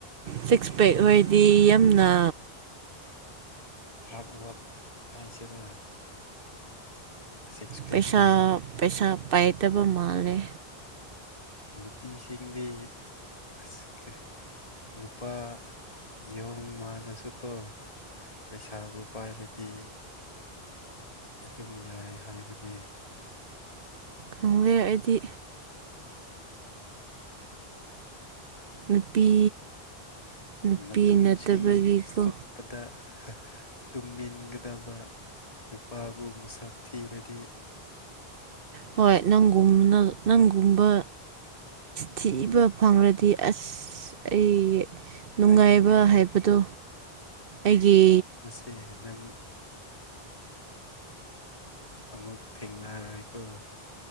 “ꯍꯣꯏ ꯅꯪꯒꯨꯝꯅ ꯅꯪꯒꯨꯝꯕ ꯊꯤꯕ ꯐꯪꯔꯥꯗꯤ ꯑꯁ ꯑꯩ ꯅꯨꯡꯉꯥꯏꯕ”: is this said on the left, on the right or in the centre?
Right